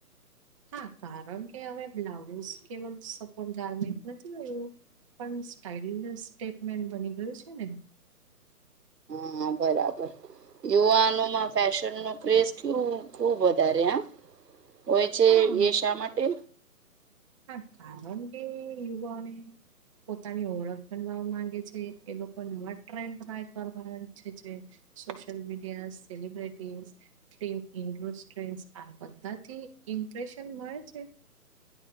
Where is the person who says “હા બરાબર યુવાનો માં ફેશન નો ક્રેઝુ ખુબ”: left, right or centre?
Right